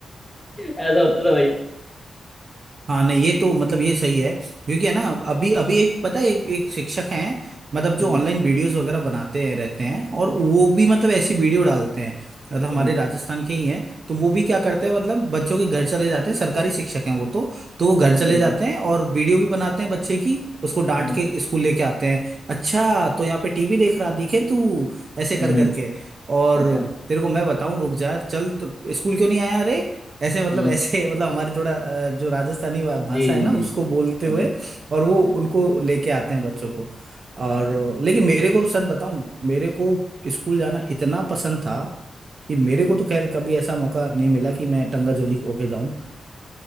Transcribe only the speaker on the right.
हाँ नहीं ये तो मतलब ये सही है क्योंकि है ना अभी अभी एक पता है एक एक शिक्षक हैं मतलब जो
ऑनलाइन वीडियोस वगैरह बनाते हैं रहते हैं और वो भी मतलब ऐसी वीडियो डालते हैं मतलब हमारे
राजस्थान के ही हैं तो वो भी क्या करते हैं मतलब बच्चों के घर चले जाते हैं सरकारी शिक्षक हैं वो तो तो वो घर
चले जाते
हैं और वीडियो भी बनाते हैं बच्चे की उसको डांट
के स्कूल लेके आते हैं अच्छा तो यहाँ पे टीवी देख रहा दिखे तू ऐसे
कर करके और
तेरे को मैं बताऊं रुक जा चल तो स्कूल क्यों नहीं आया अरे ऐसे मतलब
ऐसे <laughs> मतलब हमारे थोड़ा अ, जो राजस्थानी भा- भाषा
है ना
उसको बोलते
हुए और वो उनको लेके आते हैं बच्चों को और लेकिन मेरे को सर बताऊं मेरे को स्कूल जाना इतना पसंद था कि मेरे को तो खैर कभी ऐसा मौका नहीं मिला कि मैं टंगा जोली होके जाऊं <laughs>